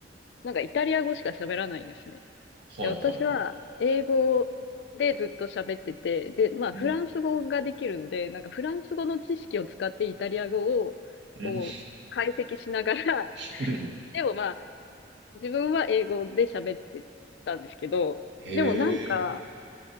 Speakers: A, on the left; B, on the right.
A: なんかイタリア語しか喋らないんですね。
B: ー、
A: で、
B: はいはいはい。
A: 私は英語でずっと喋ってて、で、まあフランス語ができるので、
B: うん。
A: なんかフランス語の知識を使ってイタリア語をこう解析しながら、
B: うん。<laughs> うん
A: <laughs> でもまあ自分は英語で喋ってたんですけど、
B: へ
A: でもなんか、
B: え。